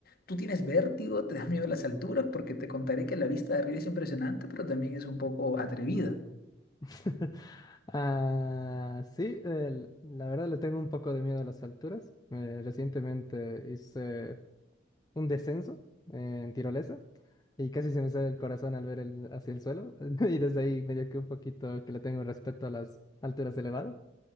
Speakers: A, on the left; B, on the left.
A: ¿Tú tienes vértigo? ¿Te da miedo las alturas? Porque te contaré que la vista de arriba es impresionante, pero también es un poco atrevida.
B: <laughs> Ah, sí, el- la verdad le tengo un poco de miedo a las alturas. Eh, recientemente hice un descenso eh, en tirolesa y casi se me sale el corazón al ver el, hacia el suelo <laughs> y desde ahí medio que un poquito que le tengo respeto a las alturas elevadas,